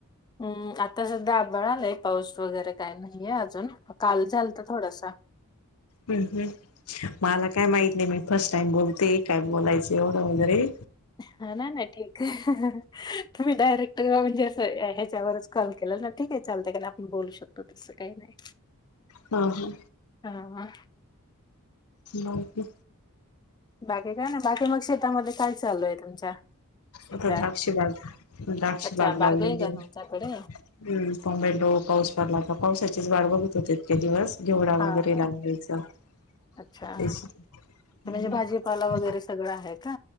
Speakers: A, on the left (about 20°); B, on the left (about 75°).
A: हम्म, आता सध्या आभाळ आलय पाऊस वगैरे काय नाहीये अजून काल झालता थोडसा.
B: हम्म हम्म मला काय माहित नाही बाई फर्स्ट टाइम बोलते कायम बोलायंच एवढं वगैरे
A: हा ना नाही ठीक आहे तुम्ही डायरेक्ट म्हणजे अस ह्याच्यावरच कॉल केला ना ठीक आहे चालतय काय नाही आपण बोलू शकतो तसं काही नाही.
B: हा हा.
A: हा हा.
B: बाकी?
A: बाकी काय नाय बाकी मग शेतामध्ये काय चालू आहे तुमच्या? सध्या
B: आता द्राक्षीबाग द्राक्षीबाग
A: अच्छा
B: लावलेली
A: बाग का
B: आहे.
A: तुमच्याकडे
B: हम्म टोमॅटो पाऊस पडला का पावसाचीच वाट बघत तितके दिवस घेवडा
A: हा
B: वगैरे
A: हा
B: लावून घ्यायचा
A: अच्छा
B: तेच.
A: ते
B: नाही
A: म्हणजे भाजीपाला वगैरे सगळं आहे का